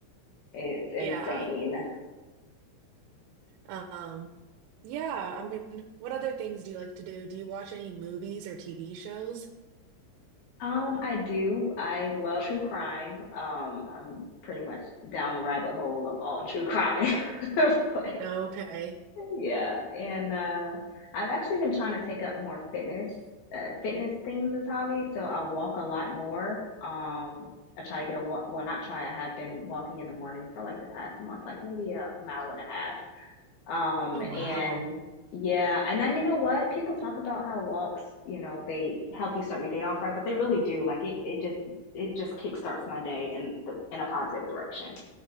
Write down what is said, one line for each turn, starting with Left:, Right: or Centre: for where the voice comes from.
Left: It's insane.
Right: Yeah. Um, yeah, I mean, what other things do you like to do? Do you watch any movies or TV shows?
Left: Um, I do. I love true crime. Um, I'm pretty much down the rabbit hole of all true crime. <laughs> But
Right: Okay.
Left: Yeah, and uh, I've actually been trying to take up more fitness, uh, fitness things as hobby. So I walk a lot more. Um, I try to get a walk. Well, not try. I have been walking in the morning for like the past month, like maybe a mile and a half. Um,
Right: Oh, wow.
Left: and yeah, and now you know what? People talk about how walks, you know, they help you start your day off right, but they really do. Like it, it just, it just kickstarts my day in the in a positive direction.